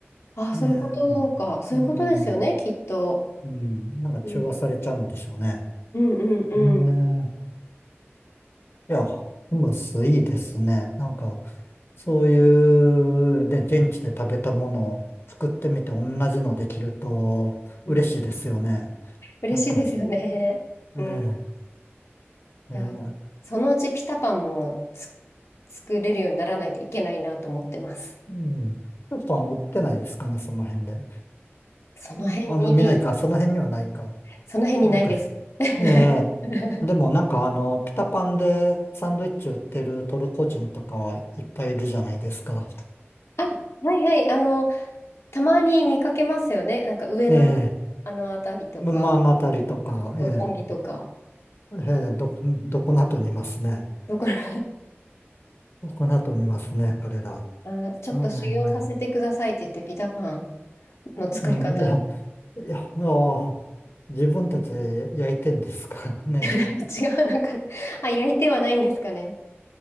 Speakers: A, on the left; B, on the left.
A: あ、そういうことか。
B: ええうん、
A: そういうことですよね、きっと。
B: うん、なんか中和されちゃうんでしょうね。
A: うん、うんうんうん
B: ええいや、ホムスいいですね。なんか、そういう、ね、現地で食べたものを作ってみて同じのできると嬉しいですよね。
A: うん。嬉しいですよね。
B: なんか、
A: うん
B: ええ
A: <laughs>
B: ええ
A: いや、そのうちピタパンもつ作れるようにならないといけないなと思ってます。
B: うん。スーパン売ってないですかね、その辺で。
A: その辺に、
B: うんあんま見ないか、その辺にはないか。
A: その辺にないです。
B: なんか、
A: <laughs>
B: ええでもなんかあの、ピタパンでサンドイッチ売ってるトルコ人とかはいっぱいいるじゃないですか。
A: あ、はいはい、あの、たまに見かけますよね。なんか上野の
B: ええ
A: あの辺りとか、
B: まあ、あのあたりとか、
A: 六本木とか、
B: ええええ、ど、<laughs> どこなとにいますね。
A: どこら <laughs>
B: どこなとにいますね、彼ら。
A: あ、ちょっと修行させてくださいって言って、
B: はい、今や。
A: ピタパンの作り方
B: うん、いや、いや、ああ自分たちで焼いてんですからね。
A: <laughs> 違うのかなあ、焼いてはないんですかね。